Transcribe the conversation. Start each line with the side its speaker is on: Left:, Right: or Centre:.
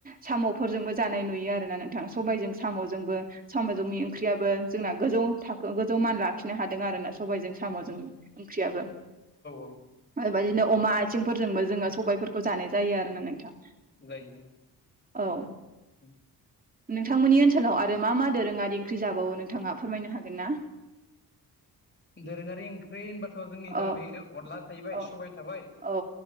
Right: साम'फोरजोंबो जानाय नुयो आरोना नोंथां सबायजों साम'जोंबो साम'जोंनि ख्रियाबो जोंना गोजौ थाखो गोजौ मान लाखिनो हा दों आरोना सबायजों साम' ओंख्रियाबो
Left: औ
Right: ओरैनो अमा आथिं फोरजोंबो जोङो सबायफोरखौ जानाय जायो आरोना नोंथां
Left: जायो ओं
Right: औ
Left: <inaudible>
Right: नोंथांमोननि ओनसोलाव आरो मा मा दोरोङारि ओंख्रि जाबावो नोंथाङा फोरमायनो हागोन ना?
Left: दोरोङारि ओंख्रि होनबाथ' जोंनि
Right: औ
Left: दा बे अनला थाहैबाय
Right: औ
Left: सबाय थाबाय।
Right: औ